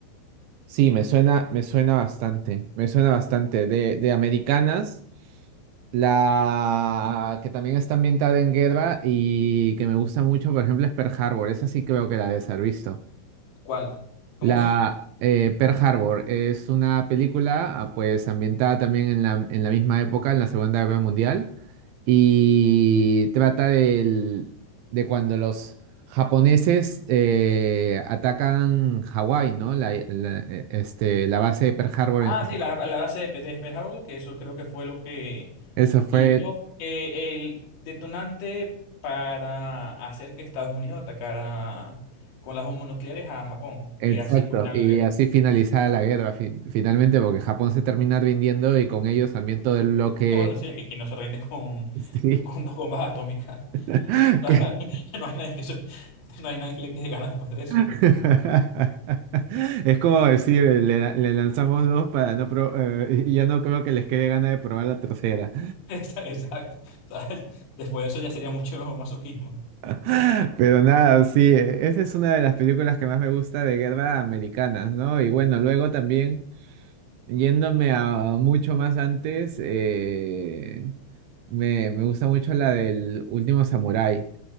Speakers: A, on the right (about 80°); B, on the left (about 75°).
A: Sí, me suena, me suena bastante, me suena bastante. De, de Americanas, la que también está ambientada en guerra y que me gusta mucho, por ejemplo, es Pearl Harbor. Esa sí creo que la debes haber visto.
B: ¿Cuál? ¿Cómo?
A: La
B: s-
A: eh, Pearl Harbor es una película ah, pues ambientada también en la, en la misma época, en la Segunda Guerra Mundial, y trata del- de cuando los japoneses eh, atacan Hawái, ¿no? La, la- eh, este, la base de Pearl Harbor
B: Ah,
A: en Hawái.
B: sí, la, la base de Peter Pearl Harbor, que eso creo que fue lo que
A: Eso fue
B: hizo eh, el detonante para hacer que Estados Unidos atacara con las bombas nucleares a Japón
A: exacto,
B: y así culminar
A: y
B: la guerra.
A: así finalizada la guerra fin- finalmente, porque Japón se termina rindiendo y con ellos también todo el bloque...
B: <laughs> Bueno, sí, es que aquí no se rinde con,
A: <laughs> Sí.
B: con dos bombas atómicas.
A: <laughs>
B: Claro, <laughs> no hay nadie que, eso- no hay nadie que le quede ganas después de eso.
A: <laughs> Es como decir, le, le lanzamos dos para no pro- eh, y ya no creo que les quede gana de probar la tercera.
B: <laughs> Esa- Exacto. ¿sabes? Después de eso ya sería mucho masoquismo.
A: <laughs> Pero nada, sí, eh, esa es una de las películas que más me gusta de guerra americanas, ¿no? Y bueno, luego también, yéndome a mucho más antes, eh, me, me gusta mucho la del último samurái.